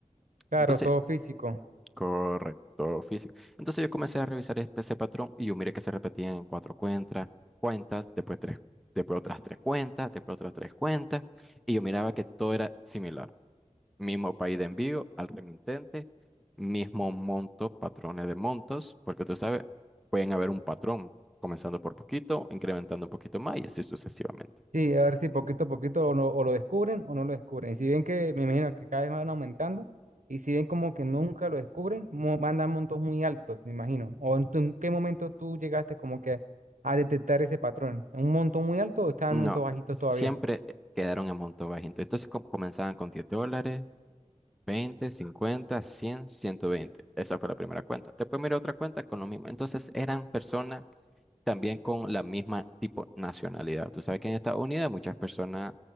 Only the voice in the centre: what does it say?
Entonces,
Correcto, físico. Entonces yo comencé a revisar e- ese patrón y yo miré que se repetían en cuatro cuentas, cuentas, después tres, después otras tres cuentas, después otras tres cuentas, y yo miraba que todo era similar. Mismo país de envío al remitente, mismo monto, patrones de montos, porque tú sabes, pueden haber un patrón comenzando por poquito, incrementando un poquito más y así sucesivamente.
No,
siempre
eh, quedaron en monto bajito. Entonces com- comenzaban con 10 dólares. 20, 50, 100, 120. Esa fue la primera cuenta. Después miré otra cuenta con lo mismo. Entonces eran personas también con la misma tipo nacionalidad. Tú sabes que en Estados Unidos hay muchas personas